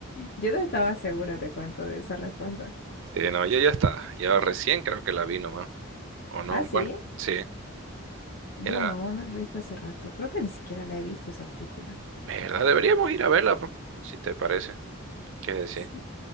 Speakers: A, on the left; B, on the right.
A: Yo no estaba segura, te cuento, de esa respuesta.
B: sí, no, ya ya está. ya recién creo que la vi nomás. ¿O no?
A: ¿Ah, sí?
B: Bueno, sí.
A: Yo
B: Era.
A: no, no la he visto hace rato. Creo que ni siquiera la he visto esa película.
B: ¿Verdad? Deberíamos ir a verla, po, si te parece. ¿Qué decir?
A: Sí,